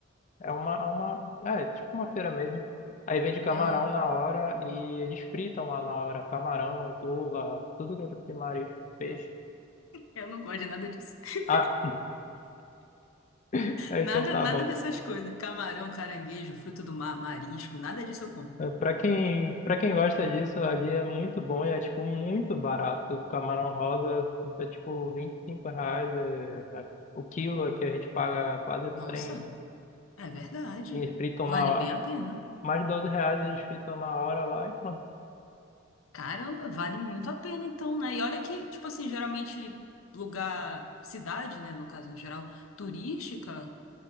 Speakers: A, on the left (about 35°); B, on the left (about 85°).
A: É uma, é uma. É, tipo uma feira mesmo. Aí vende camarão
B: Eu,
A: na hora e eles fritam lá na hora. Camarão, lula, tudo que é tipo de marisco, peixe.
B: eu não gosto de nada disso. <laughs>
A: Ah, <laughs> então
B: Nada,
A: tá
B: nada
A: bom.
B: dessas coisas. Camarão, caranguejo, fruto do mar, marisco, nada disso eu como.
A: Para quem, para quem gosta disso, ali é muito bom e é, tipo, muito barato. O camarão rosa é, tipo, 25 reais é, é, o quilo aqui a gente paga quase
B: Nossa,
A: trem
B: é verdade.
A: e fritam
B: Vale
A: na hora.
B: bem a pena.
A: Mais 12 reais eles fritam na hora lá e pronto.
B: Caramba, vale muito a pena então, né? E olha que, tipo assim, geralmente lugar, cidade, né, no caso no geral, turística,